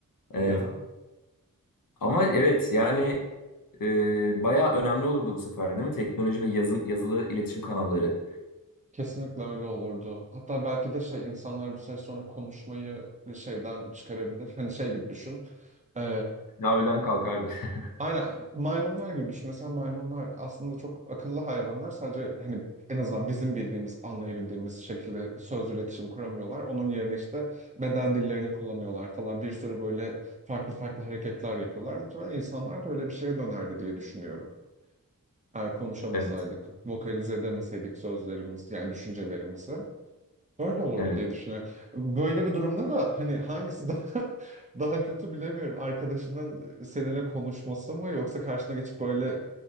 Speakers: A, on the left; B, on the right.
A: Evet.
B: Ya
A: Ama evet yani e, bayağı önemli olurdu bu sefer değil mi? Teknoloji ve yazım, yazılı iletişim kanalları.
B: kesinlikle öyle olurdu. Hatta belki de şey insanlar bir süre sonra konuşmayı şeyden çıkarabilir. Hani şey gibi düşün. Ee,
A: Yavrudan kalkardı. <laughs>
B: Aynen maymunlar gibi düşün. Mesela maymunlar aslında çok akıllı hayvanlar. Sadece hani en azından bizim bildiğimiz, anlayabildiğimiz şekilde sözlü iletişim kuramıyorlar. Onun yerine işte beden dillerini kullanıyorlar falan. Bir sürü böyle farklı farklı hareketler yapıyorlar. Muhtemelen insanlar da öyle bir şeye dönerdi diye düşünüyorum. Eğer konuşamasaydık,
A: Evet.
B: vokalize edemeseydik sözlerimiz, yani düşüncelerimizi. Öyle olurdu
A: Evet.
B: diye düşünüyorum. Böyle bir durumda da hani hangisi daha <laughs> daha kötü bilemiyorum. Arkadaşının seninle konuşması mı yoksa karşına geçip böyle